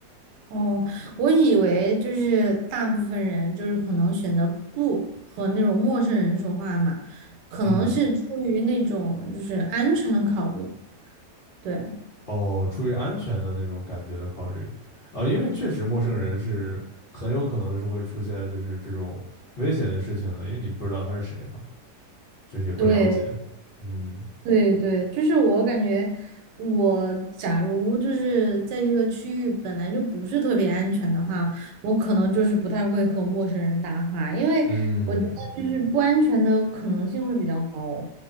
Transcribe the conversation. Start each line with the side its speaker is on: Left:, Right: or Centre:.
Right: 哦，我以为就是大部分人就是可能选择不和那种陌生人说话嘛，可能是出于那种就是安全的考虑。
Left: 嗯，
Right: 对，
Left: 哦，出于安全的那种感觉的考虑，啊，因为确实陌生人是很有可能是会出现就是这种危险的事情的，因为你不知道他是谁嘛，就是也不了解。
Right: 对，
Left: 嗯
Right: 对，对，就是我感觉我假如就是在一个区域本来就不是特别安全的话，我可能就是不太会和陌生人搭话，因为我觉得就是不安全的可能性会比较高。
Left: 嗯，